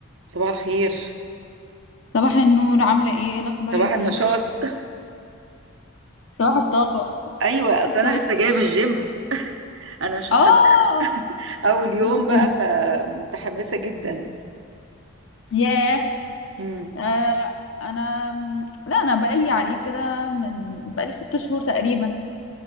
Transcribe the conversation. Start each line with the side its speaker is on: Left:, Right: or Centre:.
Right: صباح الخير
Left: صباح النور عاملة ايه ايه الأخبار
Right: صباح
Left: يا سحر
Right: النشاط
Left: <laughs> صباح الطاقة
Right: ايوه اصل
Left: صح
Right: انا لسه جايه من الجيم انا مش مصدقه
Left: اه
Right: <laughs> اول يوم
Left: انت بتنزلي
Right: بقى فمتحمسه جدا
Left: ياه
Right: امم
Left: آه انا م- لا انا بقالي عليه كده من بقالي ست شهور تقريبا